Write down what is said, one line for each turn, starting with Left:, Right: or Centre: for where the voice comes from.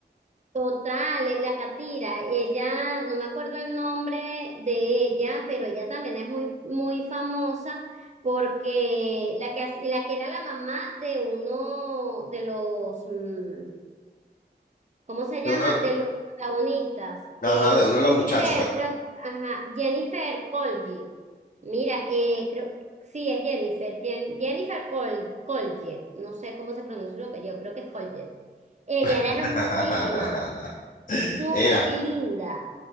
Right: otra, le- la Catira, ella, no me acuerdo el nombre de ella, pero ella también es muy, muy famosa porque la que, ha- la que era la mamá de uno de los, mm, ¿cómo se llama?
Left: de uno,
Right: De los protagonistas. Eh,
Left: ajá, de uno de
Right: Jennifer,
Left: los muchachos, pues.
Right: creo, ajá, Jennifer Colgi. Mira, eh, creo, sí, es Jennifer, Jen- Jennifer Col, Colge, no sé cómo se pronuncia su apellido, creo que es Colge. Ella era
Left: <laughs>
Right: hermosísima, súper
Left: Era,
Right: linda.